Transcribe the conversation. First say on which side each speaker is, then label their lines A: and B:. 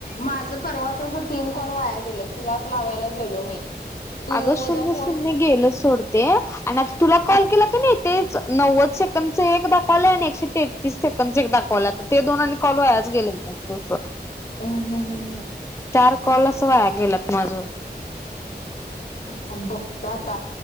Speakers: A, on the left; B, on the left.
A: माझं परवा तंस तीन कॉल वाया गेलं तुलाच लावायला गेलो मी. तुझा
B: अगं शून्य
A: फोन
B: शून्य गेलं सोडते आणि आता तुला कॉल केला कानी तेच नव्वद सेकंदच एक दाखवालय आणि एकशे तेतीस सेकंदच एक दाखवालय ते दोन आणि कॉल वायाच गेल <unintelligible> तस.
A: हम्म हम्म हम्म
B: चार कॉल अस वया गेल्यात माझं.
A: थांब बघतो आता,